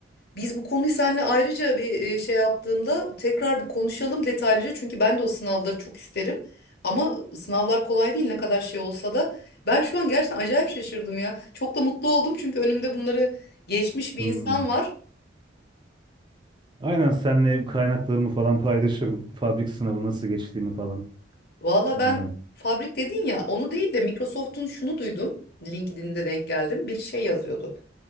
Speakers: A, on the left; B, on the right.
A: Biz bu konuyu seninle ayrıca bir e, şey yaptığımda tekrar bir konuşalım detaylıca. Çünkü ben de o sınavları çok isterim. Ama sınavlar kolay değil ne kadar şey olsa da. Ben şu an gerçekten acayip şaşırdım ya. Çok da mutlu oldum çünkü önümde bunları geçmiş bir
B: Hmm.
A: insan var.
B: Aynen senle kaynaklarımı falan paylaşırım. Fabrik sınavı nasıl geçtiğimi falan.
A: Valla
B: Aynen.
A: ben fabrik dedin ya onu değil de Microsoft'un şunu duydum. LinkedIn'de denk geldim. Biri şey yazıyordu.